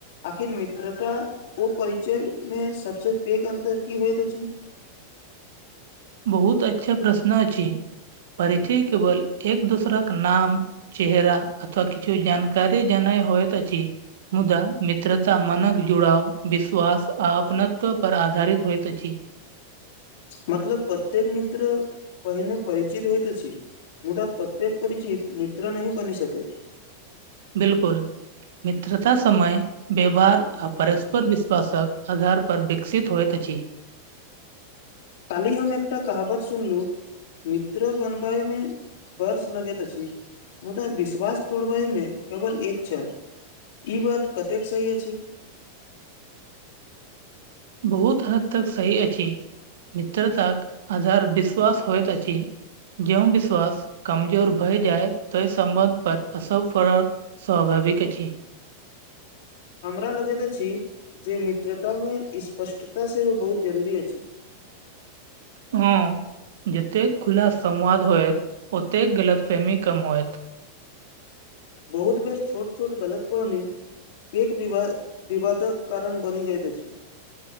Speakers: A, on the left; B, on the right.
A: आखिर मित्रता ओ परिचयमे सभसँ पैघ अन्तर की होइत अछि
B: बहुत अच्छा प्रश्न अछि परिचय केवल एक दूसराक नाम चेहेरा अथवा किछु जानकारी जा होइत छी मुदा मित्रता मनक जुड़ाव विश्वास आ अपनत्व पर आधारित होइत अछि
A: मतलब प्रत्येक मित्र पहिने परिचित होइत अछि मुदा प्रत्येक परिचित मित्र नहि बनि सकैत
B: बिलकुल मित्रता समय व्यवहार आ परस्पर विश्वासक आधार पर विकसित होइत अछि
A: काली हम एकटा कहावत सुनलहुँ मित्र बनबैमे वर्ष लगैत अछि मुदा विश्वास तोड़बैमे केवल एक छनि ई बात कतेक सही अछि
B: बहुत हद तक सही अछि मित्रतााक आधार विश्वास होयइत अछि ज्यों विश्वास कमजोर भय जाय तोहि सम्बन्ध पर असर पर स्वाभाविक छी
A: हमरा लगैत अछि जे मित्रतामे स्पष्टता सेहो बहुत जरूरी अछि
B: हँ जतेक खुला संवाद होएत ओतेक गलत प्रेमी कम होएत
A: बहुत बेर छोट छोट गलत फहमी एक वि विवादक कारण बनि जाइत अछि